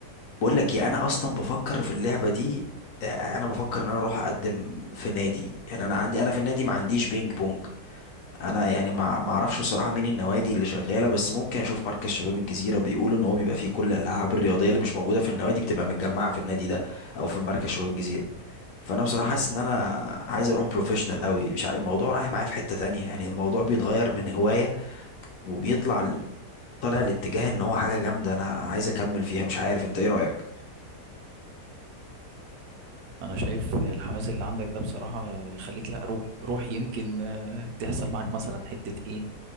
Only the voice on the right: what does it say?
مم.
مم.
لا
انا شايف الحماس اللي عندك ده بصراحة يخليك لا روح روح يمكن آه، تحصل معاك مثلا حتة ايه